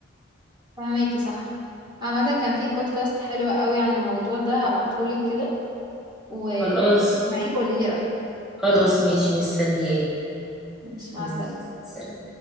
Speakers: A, on the right; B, in the centre.
A: فهماكي صح عامة كان في بودكاست حلو قوي عن الموضوع ده هبعتهولك كده واسمعيه
B: خلاص
A: وقولي لي رأيك
B: خلاص ماشي مستنياه
A: مش مع
B: ماشي.
A: السلامة
B: سلام.